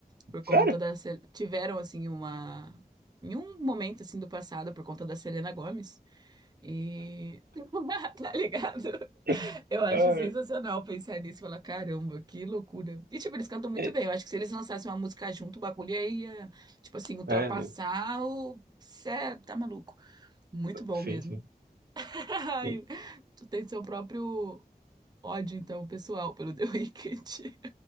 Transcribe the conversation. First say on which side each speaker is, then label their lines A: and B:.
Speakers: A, on the right (about 25°); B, on the right (about 75°).
A: por conta
B: Sério?
A: da. Sel- Tiveram, assim, uma. Em um momento, assim, do passado, por conta da Selena Gomez. E. <laughs> Tá ligado?
B: <laughs>
A: Eu acho
B: Ai,
A: sensacional pensar nisso e falar, caramba, que loucura. E, tipo, eles cantam muito
B: É,
A: bem. Eu acho que se eles lançassem uma música junto, o bagulho ia, tipo assim, ultrapassar
B: é, né?
A: o. Cê é, tá maluco. Muito bom
B: Sim,
A: mesmo.
B: sim,
A: <laughs> Ai,
B: sim.
A: tu tem seu próprio ódio, então, pessoal, pelo The Wicked.